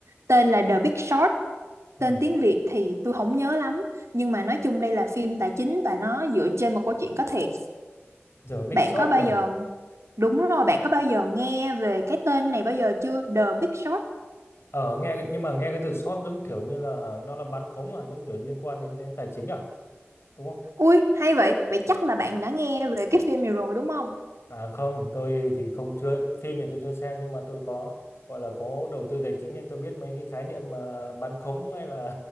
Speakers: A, on the right (about 80°); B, on the left (about 60°).
A: tên là The Big Short,
B: Ừ.
A: tên tiếng Việt thì tôi không nhớ lắm. Nhưng mà nói chung đây là phim tài chính và nó dựa trên một câu chuyện có thiệt.
B: The Big
A: Bạn
B: Short
A: có bao
B: à?
A: giờ, đúng rồi, bạn có bao giờ nghe về cái tên này bao giờ chưa? The Big Short.
B: Ở nghe nhưng mà nghe cái từ short giống kiểu như là nó là bán khống à, giống kiểu liên quan đến đến tài chính à, đúng không?
A: Ui, hay vậy. Vậy chắc là bạn đã nghe về cái phim này rồi đúng không?
B: À không, tôi thì không chưa phim thì tôi chưa xem nhưng mà tôi có gọi là có đầu tư tài chính nên tôi biết mấy cái khái niệm mà bán khống hay là